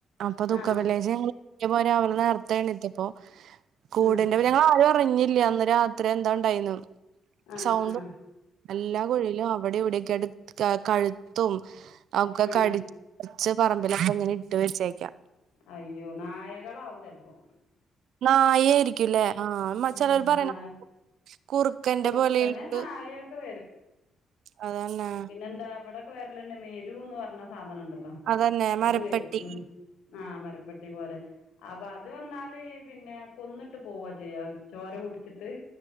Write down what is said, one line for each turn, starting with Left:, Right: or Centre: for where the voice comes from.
Right: അപ്പൊ ദുഖവെള്ളിയാഴ്ച
Left: ആഹ്
Right: ഞങ്ങൾ ഇഞ്ഞ് പോരാൻ അവിടുന്ന് നേരത്തെ എണീറ്റപ്പോ കൂടെ
Left: ആഹ്
Right: അപ്പ ഞങ്ങള് ആരും അറിഞ്ഞില്ല അന്ന് രാത്രി എന്താ ഇണ്ടായീന്ന്
Left: ആഹ്
Right: സൗണ്ടും
Left: ആഹ്
Right: എല്ലാ കോഴിയിലും അവിടെ ഇവിടെയൊക്കെ ആയിട്ട് കാ കഴുത്തും ഒക്കെ
Left: ആഹ്
Right: കടി ച്ച് പറമ്പിലൊക്കെ ഇങ്ങനെ ഇട്ട് വെച്ചേക്കാ
Left: അയ്യോ നായകളാവും ചെലപ്പോ
Right: നായയായിരിക്കൂല്ലേ ആഹ് മ
Left: ഉം
Right: ചെലോര് പറയണ്
Left: നായ
Right: കുറുക്കന്റെ
Left: കുറുക്കന്
Right: പോലെ ഇണ്ട്
Left: നായയൊക്കെ
Right: അത് തന്നെ
Left: എന്താ ഇവിടൊക്കെ വെരല് ണ്ട് മെരൂന്ന് പറഞ്ഞ സാധനണ്ടല്ലോ
Right: അതന്നെ മരപ്പെട്ടി
Left: അത് വെരും ഉം ആഹ് മരപ്പട്ടി പോലെ അപ്പൊ അത് വന്നാല് പിന്നെ കൊന്നിട്ട് പോവാ ചെയ്യാ ചോര കുടിച്ചിട്ട്